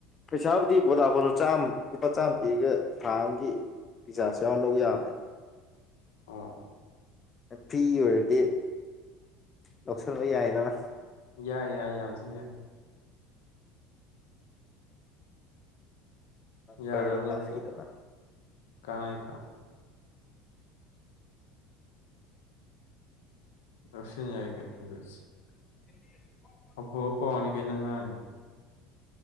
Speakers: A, on the left (about 30°); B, on the left (about 80°).
A: ꯄꯩꯁꯥꯕꯨꯗꯤ ꯕꯣꯗ ꯐꯣꯟꯗꯨ ꯆꯥꯝꯃ ꯂꯨꯄꯥ ꯆꯥꯝꯃ ꯄꯤꯔꯒ ꯊꯥꯑꯝꯒꯤ ꯔꯤꯖꯥꯁꯨ ꯌꯥꯎꯔ ꯂꯧꯕ ꯌꯥꯕꯅꯦꯕ
B: ꯑꯣ
A: ꯐ꯭ꯔꯤꯏ ꯑꯣꯏꯔꯗꯤ ꯂꯧꯁꯤꯟꯕ ꯌꯥꯏꯗꯅ
B: ꯌꯥꯏ ꯌꯥꯏꯌꯦ ꯌꯥꯝ ꯊꯤꯏ ꯌꯥꯏ
A: ꯅꯝꯕꯔꯗꯣ
B: ꯌꯥꯗꯕ
A: ꯀꯥꯟꯅꯩꯗꯅ
B: ꯂꯩꯇꯦ ꯀꯅꯩ ꯀꯅꯩ <unintelligible>
A: <inaudible>
B: ꯑꯐꯕꯥ ꯄꯥꯎꯅ ꯀꯩꯅꯣ ꯅꯪ ꯉꯥꯡꯏꯗꯦ